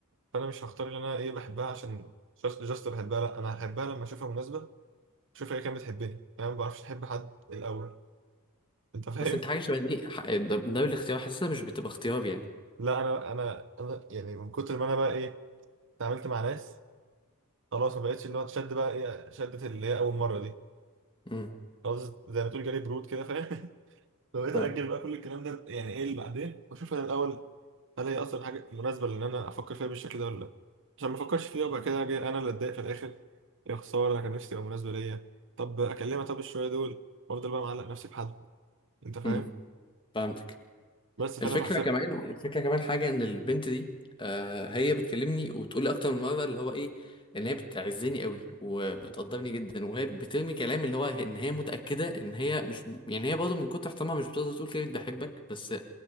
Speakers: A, on the right; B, on the left.
A: فانا مش هختار اللي انا ايه بحبها عشان جاست جاست بحبها لا انا هحبها لما اشوفها مناسبه اشوفها هي كانت بتحبني يعني انا ما بعرفش احب حد الاول انت فاهم
B: بس انت حاجه شبه دي ح- ده, ده بالاختيار حاسسها مش بتبقى اختيار يعني
A: لا انا انا انا يعني من كتر ما انا بقى ايه اتعاملت مع ناس خلاص ما بقتش اللي هو تشد بقى ايه شدت اللي هي اول مره دي
B: امم
A: خلاص زي ما تقول جالي برود كده فاهم <laughs> فبقيت
B: اه
A: اجل بقى كل الكلام ده يعني ايه اللي بعدين واشوف انا الاول هل هي اصلا حاجه مناسبه لان انا افكر فيها بالشكل ده ولا لا عشان ما افكرش فيها وبعد كده اجي انا اللي اتضايق في الاخر يا خساره انا كان نفسي تبقى مناسبه ليا طب اكلمها طب الشويه دول وافضل بقى معلق نفسي بحد انت فاهم
B: امم فهمتك
A: بس فانا
B: الفكرة
A: بحسب
B: كمان الفكرة كمان حاجة ان البنت دي آه هي بتكلمني وبتقول لي اكتر من مرة اللي هو ايه ان هي بتعزني قوي وبتقدرني جدا وهي بترمي كلام اللي هو ان هي متأكدة ان هي مش يعني هي برضه من كتر احترامها مش بتقدر تقول كلمة بحبك بس